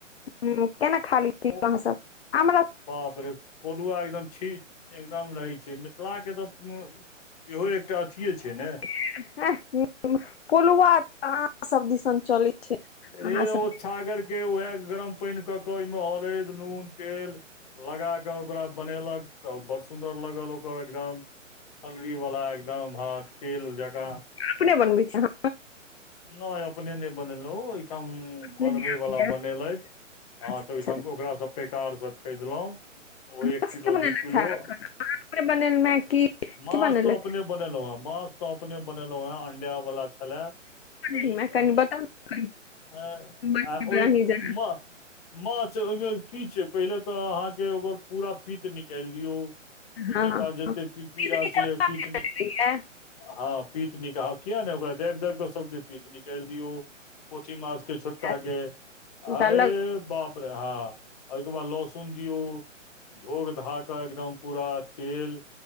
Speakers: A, on the left; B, on the left.
A: हूं केना खा लै छी
B: ओ
A: अहाँ सब हमरा
B: बापरे पोलुआ एकदम छी एकदम रहै छै मिथिलाके तऽ इहो एकटा अथि ये छै ने
A: <unintelligible> हाह हूं पोलुव आहाँ सब दिसन चलै अहाँ
B: रे ओ
A: सब
B: छागरके उएह गरम पनि कऽ कऽ ओहिमे हरैद नून तेल लगा कऽ ओकरा बनेलक त बड़ सुन्दर लगल ओकर एकदम छल्री वालला एकदम हँ तेल जकाँ
A: अपने बनबै छी आंहा
B: नय अपने नय बनेलउ ओइठम
A: अहाँ
B: बनबै बला बनेलैथ हँ
A: अच्छा
B: तऽ ओहिठाम ओकरा सब पैकारसँ खरीदलहुं ओ एक
A: अच्छा
B: किलो
A: बनेलथि
B: दू किलो
A: हे <unintelligible> की
B: माछ
A: बनेलथि
B: तऽ अपने बनेलहुँ हें माछ तऽ अपने बनेलहुँ हें अंडा वला छलए <unintelligible>
A: हे कनि बताउ ने कनि बनेबै अहीं जेना
B: माछ ओहिमे की छै पहिले तऽ अहाँके ओकर पूरा पित निकालि दियौ ओई
A: हँ
B: मेका
A: हँ
B: जते पी पीरा
A: नीक निकलि
B: छैे पीतने
A: गेलैये
B: हँ पीत निका किया नहि ओकरा दाबि दाबि कऽ सबके पीत निकालि दियौ पोठी माछ के छुटकागे
A: हैत ओकरा
B: आय
A: लग
B: बाप रे आ ओहिके बाद लहसुन दियौ धोोक धा क एकदम पूरा तेल